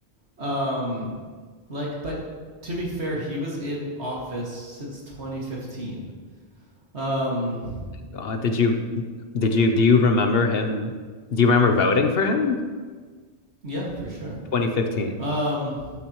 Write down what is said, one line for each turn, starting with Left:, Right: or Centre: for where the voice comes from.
Right: Um, like, but to be fair, he was in office since 2015. Um,
Left: God, did you did you do you remember him? Do you remember voting for him?
Right: yeah, for sure.
Left: 2015.
Right: Um,